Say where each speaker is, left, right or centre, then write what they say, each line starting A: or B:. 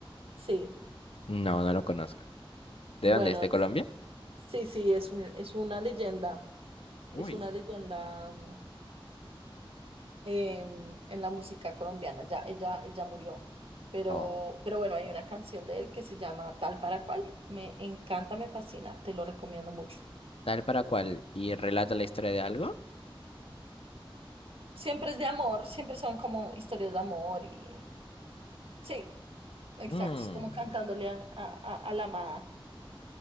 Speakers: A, on the right; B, on the left.
A: Sí,
B: No, no lo conozco. ¿De
A: bueno,
B: dónde es? ¿De Colombia?
A: sí, sí, es un, es una leyenda,
B: Uy.
A: es una leyenda mm, em, en la música colombiana. Ya, ella, ella murió. Pero,
B: Oh.
A: pero bueno, hay una canción de él que se llama Tal para cual. Me encanta, me fascina, te lo recomiendo mucho.
B: ¿Tal para cual? ¿Y relata la historia de algo?
A: Siempre es de amor, siempre son como historias de amor y sí, exacto,
B: Mm.
A: es como cantándole a, a, a a la amada.